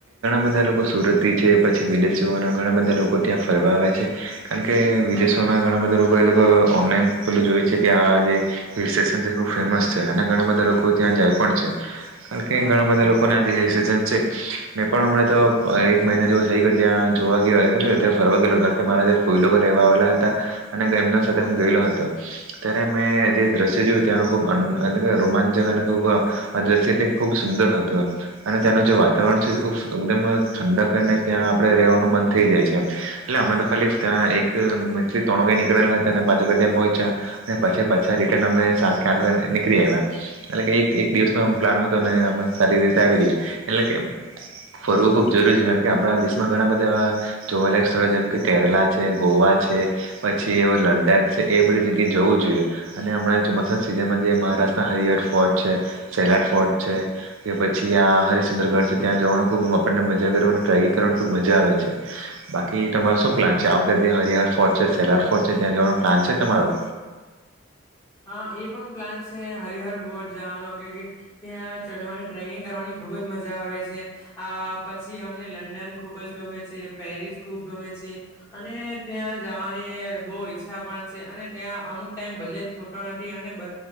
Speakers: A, on the right; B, on the left.
A: બધા લોકો સુરત છે, પછી વિદેશીઓ ઘણા બધા લોકો ત્યાં ફરવા આવે છે, કારણ કે વિદેશો મા ઘણા બધા એ લોકો ઓનલાઈન પેલુ જોય છે, કે આ જે હિલસ્ટેશન કેટલું ફેમસ છે. ઘણા બધા લોકો ત્યા જાય પણ છે, કારણ કે ઘણા બધા લોકો ને જે હિલસ્ટેશન છે, મે પણ હમણા તો એક મહિના જેવું થઈ ગયો, ત્યાં જોવા ગયો ફરવા ગયું કારણ કે મારા જે ફોઈ લોકો રહેવા આવેલા હતા અને એમના સાથે હુ, ગયેલો હતો, ત્યારે મેં જે દ્રશ્ય જોયું ત્યાં લોકો ખૂબ દ્રશ્ય એ ખૂબ સુંદર હતુ, એમ અને તેનું જે વાતાવરણ છે, એ ખૂબ એકદમ ઠંડકને ત્યાં આપણે રેવાનું મન થઈ જાય છે, એટલે અમે તો ખાલી એક ત્યાં મંથલી ત્રણ વાગે નીકળેલા હતા, અને પાંચ વાગે ત્યાં પહોંચ્યા અને પછી, પાછા રિટર્ન અમે સાતથી આઠ વાગ્યાે નીકળી આવ્યા એમ એટલે કે એક એક દિવસ નો પ્લાન હતો, ને અમે સારી રીતે આવી ગયા એટલે કે ફરવુ ખુબ જરૂરી છે, કારણ કે આપણા દેશમાં ઘણા બધા એવા જોવાલાયક સ્થળો જેમ કે કેરાલા છે, ગોવા છે પછી એ લદ્દાખ છે, એ બધી જગ્યાએ જવું જોઈએ અને હમણાં ચોમાસાના સીઝનમા જે મહારાષ્ટ્રના હરિહર ફોર્ટ છે, સેલાર ફોર્ટ છે, કે પછી આ હરીશચન્દ્રગઢ છે, ત્યાં જવાનું ખુબ આપન ને ટ્રેકિંગ કરવાની ખુબ મજા આવે છે, બાકી તમારો શું પ્લાન છે, આ વખતે જે હરિહર ફોર્ટ છે. સોલાર ફોર્ટ છે, ત્યાં જવાનો પ્લાન છે, તમારો
B: હા, એ પણ પ્લાન છે. હરિહર બોટ જવાનો ત્યાં ચડવાની ટ્રેકિંગ કરવાની ખુબ જ મજા આવે છે, આ પછી અમને લ લંડન ખુબ જ ગમે છે પેરિસ ખુબ ગમે છે અને ત્યાં જવાની બહુ ઈછ પણ છે અને ત્યાં અમુક ટાઈમ બજેટ પણ હોતો નથી